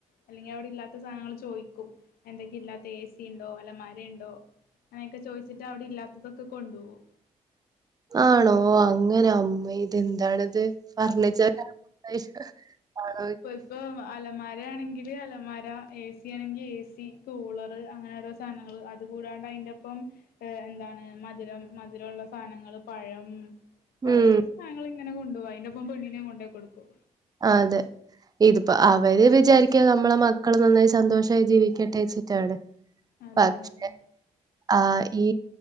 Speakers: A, on the left; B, on the right.
A: അല്ലെങ്കിൽ അവിടെ ഇല്ലാത്ത സാധനങ്ങൾ ചോദിക്കും എന്തൊക്കെയാ ഇല്ലാത്തെ എ സി ഉണ്ടോ അലമാര ഉണ്ടോ അങ്ങനെയൊക്കെ ചോയി എന്നിട്ട് അവിടെ ഇല്ലാത്തതൊക്കെ കൊണ്ടോവും
B: ആണോ അങ്ങനെ അമ്മേ ഇതെന്താണിത് ഫർണിച്ചർ <unintelligible>
A: ഇപ്പോ ഇപ്പോ അലമാ മര ആണെങ്കില് അലമാര, എ സി ആണെങ്കിൽ എ സി, കൂളർ അങ്ങനെ ഓരോ സാധനങ്ങള് അതുകൂടാണ്ട് അതിന്റെ ഒപ്പം ഏ എന്താണ് മധുരം മധുരമ ഉള്ള സാധനങ്ങള്ൾ പഴം, കൊറേ
B: ഉം
A: സാധനങ്ങൾ ഇങ്ങനെ കൊ അ അതിന്റെ പോണ്ണിനെ കൊണ്ടേ കൊടുകു
B: ആ അതെ ഇതിപ്പോ അവര് വിചാരിക്കാ നമ്മളെ മക്കള് നന്നായി സന്തോഷമായി ജീവിക്കട്ടെ വെച്ചിട്ടാണ്
A: അതന്നെ
B: പക്ഷ ആഹ് ഈ